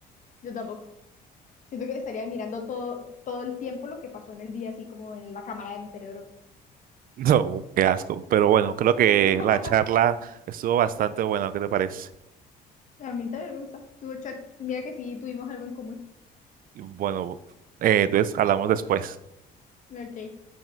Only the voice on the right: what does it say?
No, qué asco. Pero bueno, creo que
la charla estuvo bastante buena, ¿qué te parece?
Y bueno, eh, entonces hablamos después.